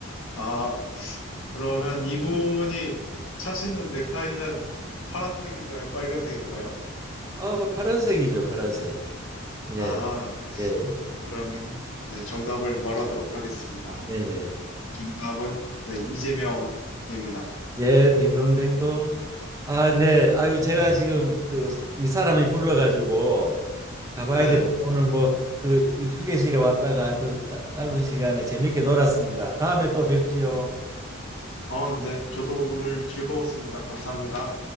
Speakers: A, on the left; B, on the right.
A: 아, 그러면 이분이 차시는 넥타이는 파란색인가요? 빨간색인가요?
B: 아, 뭐 파란색이죠, 파란색. 네,
A: 아,
B: 네,
A: 그러면 네, 정답을 말하도록 하겠습니다.
B: 네, 네.
A: 정답은, 네, 이재명입니다.
B: 예, 딩동댕동. 아, 네. 아유, 제가 지금 그 윗사람이 불러가지고 가봐야
A: 네.
B: 될 오늘 뭐 그 휴게실에 왔다가 또 짜- 짧은 시간에 재밌게 놀았습니다. 다음에 또 뵙지요.
A: 어, 네, 저도 오늘 즐거웠습니다. 감사합니다.